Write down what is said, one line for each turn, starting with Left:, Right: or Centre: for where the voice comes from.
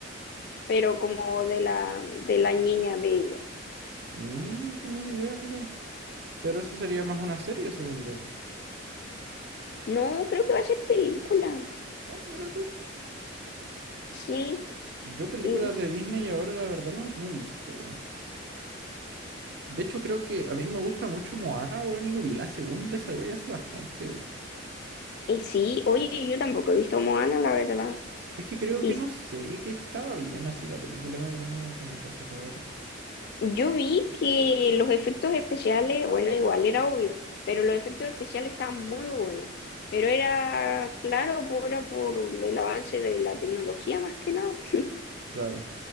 Left: pero como de la, de la niña de ella.
Right: Mm, no tenía idea, mira. Pero eso sería más una serie, según yo.
Left: No, creo que va a ser película.
Right: Ah, mira tú.
Left: Sí,
Right: Yo películas
Left: y,
Right: de Disney ahora la verdad no, no he visto, weón. De hecho creo que a mí me gusta mucho Moana, weón, y no vi la segunda y salió ya hace bastante, weón.
Left: y sí, oye, yo tampoco he visto Moana, la verdad.
Right: Es que creo
Left: Y
Right: que no sé, que, que estaba bien así la película, no, no tenían que haber sacado otra.
Left: yo vi que los efectos especiales, bueno, igual era obvio, pero los efectos especiales estaban muy buenos. Pero era, claro, por- era por el avance de la tecnología más que nada. <laughs>
Right: Claro.